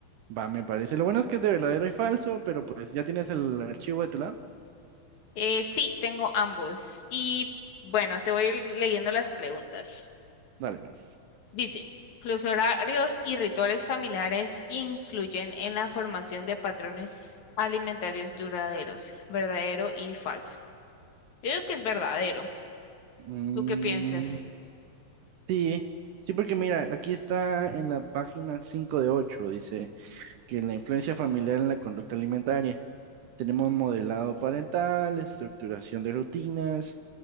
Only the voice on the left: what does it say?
Eh, sí, tengo ambos. Y bueno, te voy leyendo las preguntas.
Dice, ¿los horarios y rituales familiares influyen en la formación de patrones alimentarios duraderos? ¿Verdadero y falso? Yo digo que es verdadero.
¿Tú qué piensas?